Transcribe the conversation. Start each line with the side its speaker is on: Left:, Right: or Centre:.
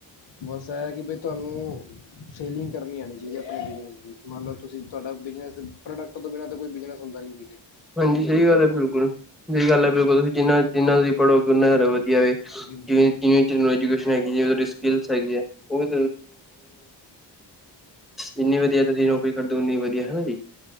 Left: ਬਸ ਇਹ ਕਿ ਬ ਤੁਹਾਨੂੰ ਸੇਲਿੰਗ ਕਰਨੀ ਆਉਣੀ ਚਾਹੀਦੀ ਆਪਣੇ ਬਿਜਨ ਦੀ ਮੰਨ ਲਓ ਤੁਸੀਂ ਬਿਜਨ ਪ੍ਰੋਡਕਟ ਤੋਂ ਬਿਨਾਂ ਕੋਈ ਬਿਜਨਸ ਹੁੰਦਾ ਨੀ ਸੀਗਾ
Centre: ਹਾਂਜੀ ਸਹੀ ਗੱਲ ਹੈ ਬਿਲਕੁਲ ਸਹੀ ਗੱਲ ਹੈ ਬਿਲਕੁਲ ਤੁਸੀਂ ਜਿੰਨਾ ਜਿਨਾ ਤੁਸੀਂ ਪੜ੍ਹੋ ਉਹਨਾਂ ਕਰੋ ਵਧੀਆ ਵ
Left: ਬਿਲਕੁਲ।
Centre: ਜਿਵੇਂ ਜਿਜੂਕੇਸ਼ਨ ਹੈਗੀ ਜਿਵੇਂ ਤੁਹਾਡੀ ਸਕਿਲ ਹੈਗੀ ਹੈਰੀ ਜਿੰਨੀ ਵਧੀਆ ਤੁਸੀਂ ਨੌਕਰੀ ਕਰਦੇਓ ਉਨੀ ਵਧੀਆ ਹਨਾ ਜੀ